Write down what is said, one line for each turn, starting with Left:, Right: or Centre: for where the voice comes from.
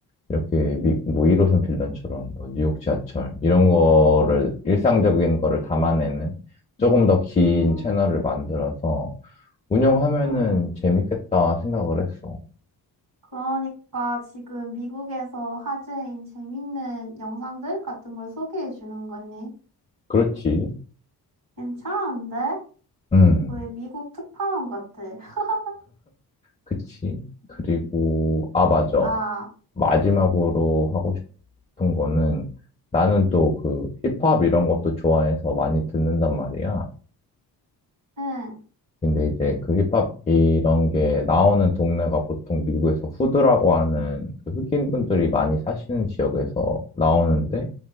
Left: 이렇게 미, 뭐 1호선 빌런처럼 뭐 뉴욕 지하철 이런 거를 일상적인 거를 담아내는 조금 더 긴
Right: 음,
Left: 채널을 만들어서 운영하면은
Right: 응.
Left: 재밌겠다 생각을 했어.
Right: 그러니까 지금 미국에서 화제인 재밌는 영상들 같은 걸 소개해 주는 거니?
Left: 그렇지.
Right: 괜찮은데?
Left: 음.
Right: 거의 미국 특파원 같아. <laughs>
Left: 그치? 그리고, 아, 맞아.
Right: 아,
Left: 마지막으로 하고 싶은 거는 나는 또 그 힙합 이런 것도 좋아해서 많이 듣는단 말이야.
Right: 응,
Left: 근데 이제 그 힙합 이런 게 나오는 동네가 보통 미국에서 후드라고 하는 그 흑인분들이 많이 사시는 지역에서 나오는데